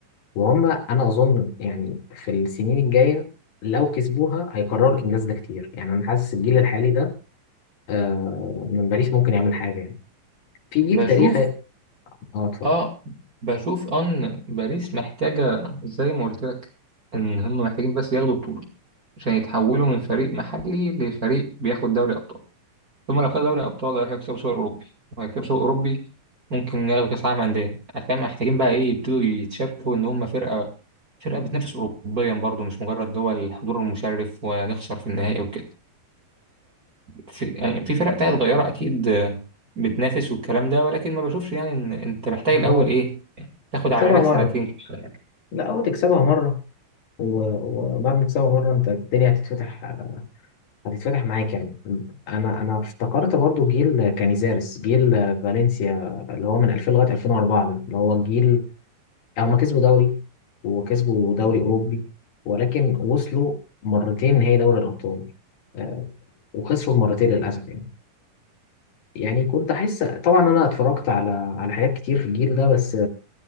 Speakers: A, on the left; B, on the right.
A: وهم انا اظن يعني في السنين الجايه لو كسبوها هيكرروا الانجاز ده كتير يعني انا حاسس الجيل الحالي ده آه من باريس ممكن يعمل حاجه يعني في جيل
B: بشوف
A: تاريخي اه اتفضل
B: اه بشوف ان باريس محتاجة زي ما قلت لك ان هم محتاجين بس ياخدوا بطولة عشان يتحولوا من فريق محلي لفريق بياخد دوري ابطال ثم لو خد دوري ابطال هيكسبوا سوبر اوروبي وهيكسبوا سوبر اوروبي ممكن ياخدوا كاس عالم انديه فاهم محتاجين بقى ايه يبتدوا يتشافوا ان هم فرقة فرقة بتنافس اوروبيا برضو مش مجرد دول الحضور المشرف ونخسر في النهائي وكده في يعني في فرق تانية صغيرة أكيد آه، بتنافس والكلام ده ولكن ما بشوفش يعني إن أنت محتاج الأول
A: هو
B: إيه تاخد
A: تكسبها
B: على عينك
A: مره
B: سنتين كده ولا حاجة
A: لا هو تكسبها مره و- وبعد ما تكسبها مره انت الدنيا هتتفتح هتتفتح معاك يعني انا انا افتكرت برضو جيل كانيزارس جيل فالنسيا اللي هو من 2000 لغايه 2004 ده اللي هو الجيل هما كسبوا دوري وكسبوا دوري اوروبي ولكن وصلوا مرتين نهائي دوري الابطال آه، وخسروا مرتين للاسف يعني يعني كنت احس طبعا انا اتفرجت على على حاجات كتير في الجيل ده بس